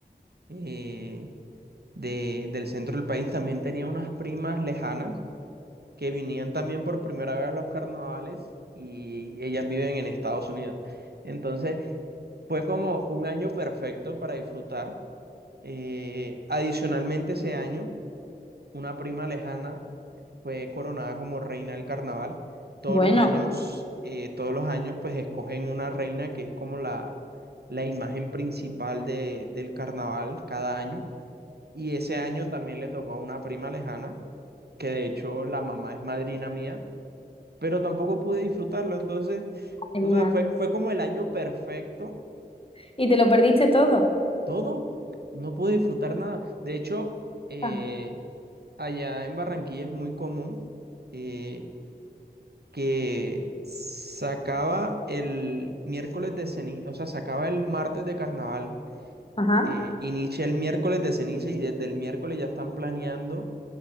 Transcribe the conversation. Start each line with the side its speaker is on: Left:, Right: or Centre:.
Right: eh, de- del centro del país, también tenía unas primas lejanas que vinían también por primera vez a los carnavales y ellas viven en Estados Unidos. Entonces, fue como un año perfecto para disfrutar. Eh, adicionalmente, ese año, una prima lejana fue coronada como reina del carnaval. Todos
Left: Bueno,
Right: los años, eh, todos los años, pues escogen una reina que es como la, la imagen principal de- del carnaval cada año. Y ese año también le tocó a una prima lejana, que de hecho la mamá es madrina mía pero tampoco pude disfrutarlo. Entonces,
Left: madre
Right: o
Left: mía.
Right: sea, fue, fue como el año perfecto,
Left: ¿Y te lo perdiste todo?
Right: todo. No pude disfrutar nada. De hecho, eh,
Left: Ah.
Right: allá en Barranquilla es muy común eh, que sacaba el miércoles de ceniza, o sea, sacaba el martes de carnaval,
Left: Ajá.
Right: eh, inicia el miércoles de ceniza y desde el miércoles ya están planeando